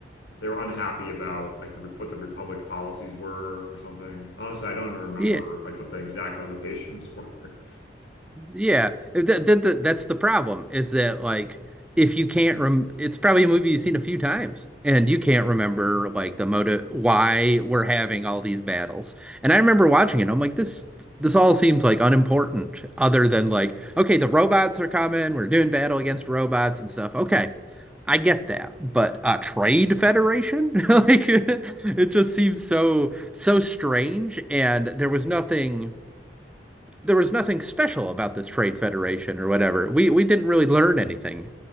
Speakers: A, on the left; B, in the centre.
A: they were unhappy about like the, what the Republic policies were or something. Honestly, I don't even remember
B: Yeah.
A: like what the exact motivations were.
B: Yeah, uh, that, that, that- that's the problem is that like if you can't rem it's probably a movie you've seen a few times and you can't remember like the motive why we're having all these battles. And I remember watching it, I'm like this this all seems like unimportant other than like okay, the robots are coming, we're doing battle against robots and stuff. Okay. I get that, but uh trade federation? <laughs> Like it just seems so so strange and there was nothing there was nothing special about this trade federation or whatever. We we didn't really learn anything